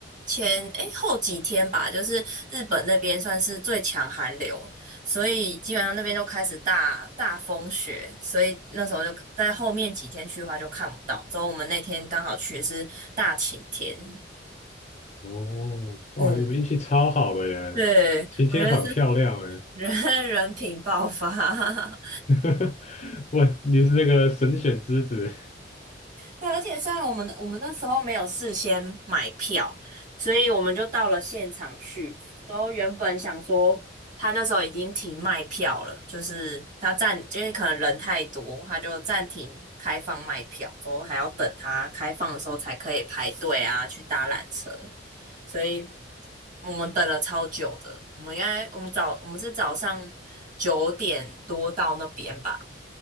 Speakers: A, on the right (about 45°); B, on the left (about 35°).
A: 前诶后几天吧，就是日本那边算是最强寒流，所以基本上那边都开始大大风雪，所以那时候就在后面几天去的话就看不到。之后我们那天刚好去是大晴天，
B: 哦，哇，
A: 嗯，
B: 你们运气超好的耶，
A: 对，
B: 晴天很漂亮耶。
A: 我觉得是 <laughs> 人人品爆发，<laughs>
B: <laughs> 哇，你是那个神选之子。
A: 对啊，而且虽然我们我们那时候没有事先买票，所以我们就到了现场去。然后原本想说，他那时候已经停卖票了，就是他暂，因为可能人太多，他就暂停开放卖票，说还要等他开放的时候才可以排队啊，去搭缆车。所以我们等了超久的，我们应该我们早我们是早上九点多到那边吧。